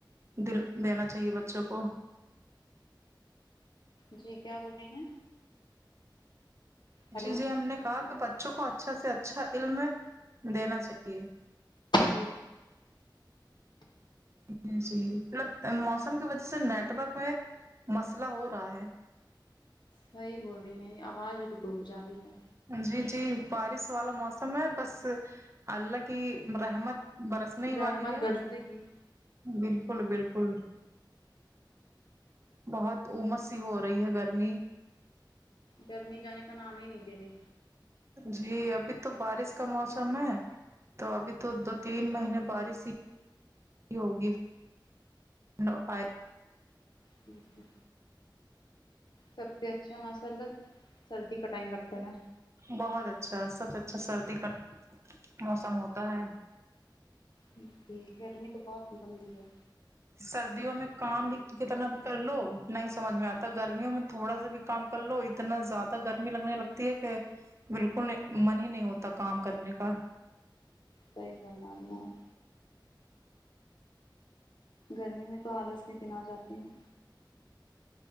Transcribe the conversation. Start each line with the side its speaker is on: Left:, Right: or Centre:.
Right: دل دینا چاہیے بچوں کو
Left: جی کیا بول رہی ہیں ہیلو
Right: جی جی ہم نے کہا کہ بچوں کو اچھا سے اچھا علم دینا چاہیے
Left: جی
Right: جی جی مطلب موسم کی وجہ سے نیٹورک میں مسئلہ ہو رہا ہے
Left: صحیح بول رہی ہیں یہ اواز روک روک جا رہی ہے
Right: جی جی بارش والا موسم ہے بس اللہ کی رحمت برسنے
Left: ہے
Right: ہی
Left: رحمت
Right: والی ہے
Left: گرسے کی
Right: بالکل بالکل بہت امس سی ہو رہی ہے گرمی
Left: گرمی جانے کا نام ہی نہیں لے رہے
Right: جی ابھی تو بارش کا موسم ہے تو ابھی تو دو تین مہینے بارش ہی ہوگی <unintelligible>
Left: ٹھیک ہے سب سے اچھا ماشاء اللہ سردی کا ٹائم لگتا ہے
Right: بہت اچھا ہے سب سے اچھا سردی کا موسم ہوتا ہے
Left: ج جی گرمی تو بہت ہی گندی ہے
Right: سردیوں میں کام بھی کتنا بھی کر لو نہیں سمجھ میں اتا گرمیوں میں تھوڑا سا بھی کام کر لو اتنا زیادہ گرمی لگنے لگتی ہے کہ بالکل من ہی نہیں ہوتا کام کرنے کا
Left: صحیح فرما رہی ہے اپ گرمی میں تو الس کے دن ا جاتے ہیں